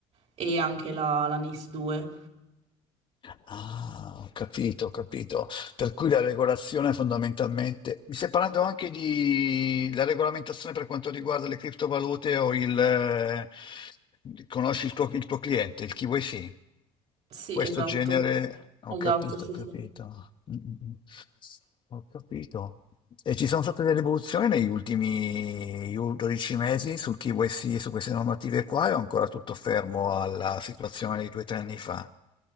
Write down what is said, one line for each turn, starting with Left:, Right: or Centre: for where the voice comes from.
Right: e anche la, la NIS 2.
Left: Ah, ho capito, ho capito. Per cui la regolazione fondamentalmente... Mi stai parlando anche di la regolamentazione per quanto riguarda le criptovalute o il... eh, Conosci il tuo, il tuo cliente, il KYC?
Right: Sì,
Left: Questo
Right: esatto,
Left: genere... Ho
Right: esatto,
Left: capito,
Right: sì,
Left: ho capito.
Right: sì.
Left: Mm, mm, mm. Ho capito. E ci sono state delle evoluzioni negli ultimi 12 mesi su KYC e su queste normative qua, e ho ancora tutto fermo alla situazione di due o tre anni fa.